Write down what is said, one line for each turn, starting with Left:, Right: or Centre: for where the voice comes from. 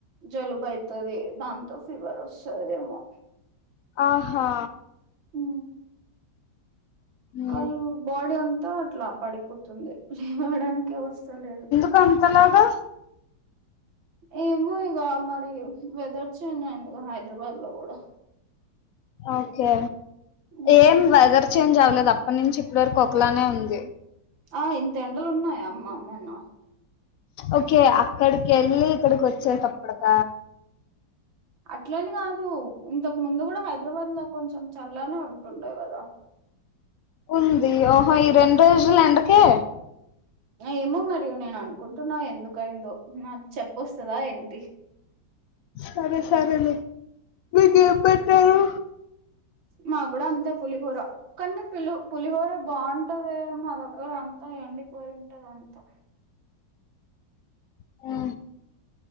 Right: జలుబు అయితుది దాంతో ఫీవర్ వస్తుదేమో
Left: ఆహా
Right: ఉ
Left: ఉమ్
Right: కల్ బాడీ అంతా అట్లా పడిపోతుంది లేవడానికి వస్తలేదు
Left: కొంతలాగా
Right: ఏమో ఇగ మరి వెదర్ చేంజ్ అయింది గా హైదరాబాద్ లో కూడా
Left: ఓకే
Right: మ్
Left: ఏం వెదర్ చేంజ్ అవలేదు అప్పటి నుంచి ఇప్పడు వరకు ఒకలానే ఉంది
Right: ఆ ఇంత ఎండలు ఉన్నాయా అమ్మ అమ్మ మొన్న
Left: ఓకే అక్కడికి వెళ్ళి ఇక్కడికి వచ్చేటప్పడక
Right: అట్లా అని కాదు ఇంతకు ముందు కూడా హైదరాబాద్ లో కొంచెం చల్లనే ఉంటుండే గదా
Left: ఉంది ఓహో ఈ రెండు రోజులు ఎండకే
Right: ఏమో మరీ నేను అనుకుంటున్నా ఎందుకైందో నాకు చెప్పొస్తదా ఏంటి
Left: సరే సరే లే మీకేం పెట్టారు
Right: మాగుడా అంతే పులిహోర కన్ని పిలి పులిహోర బాగుం టది మా దగ్గర అంతా ఎండిపోయి ఉంటది అంతా
Left: హూ